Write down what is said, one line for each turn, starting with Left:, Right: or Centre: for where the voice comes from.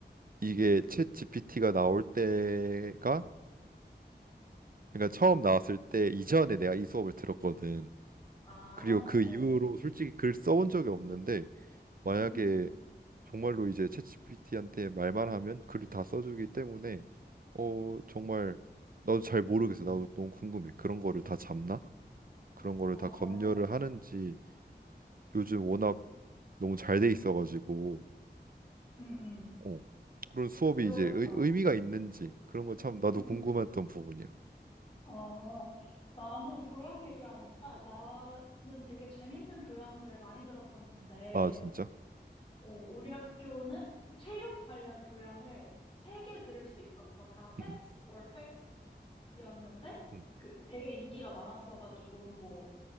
Right: 이게 챗 GPT가 나올 때가 그러니까 처음 나왔을 때 이전에 내가 이 수업을 들었거든.
Left: 아,
Right: 그리고 그
Left: 어,
Right: 이후로 솔직히 글 써 온 적이 없는데 만약에
Left: 음,
Right: 정말로 이제 챗GPT한테 말만 하면 글을 다 써주기 때문에 어 정말 나도 잘 모르겠어. 나도 너무 궁금해. 그런 거를 다 잡나? 그런 거를
Left: 어,
Right: 다 검열을 하는지 요즘 워낙 너무 잘 돼 있어가지고
Left: 음, 음,
Right: 어 그런 수업이
Left: 그러겠다.
Right: 이제 의, 의미가 있는지 그런 거 참 나도
Left: 음.
Right: 궁금했던 부분이야.
Left: 어, 나는 교양 얘기하니까 나는 되게 재밌는 교양들을 많이 들었었는데,
Right: 아 진짜?
Left: 어, 우리 학교는 체육 관련 교양을 세 개 들을 수 있었어. 다 패스
Right: 음,
Left: or 페어였는데,
Right: 음,
Left: 그 되게 인기가 많았어가지고, 뭐